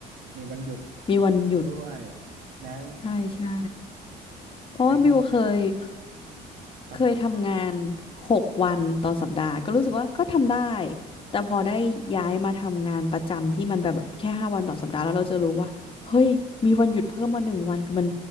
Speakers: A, on the right; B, on the left.
A: มีวันหยุด
B: มีวันหยุด
A: ด้วยแม้
B: ใช่ใช่เพราะว่าบิวเคยเค
A: แม้เงินเดือนครับผม
B: เคยทำงานหกวันต่อสัปดาห์ก็รู้สึกว่าก็ทำได้แต่พอได้ย้ายมาทำงานประจำที่มันแบบแค่ห้าวันต่อสัปดาห์แล้วเราจะรู้ว่าเฮ้ยมีวันหยุดเพิ่มมาหนึ่งวันคือมัน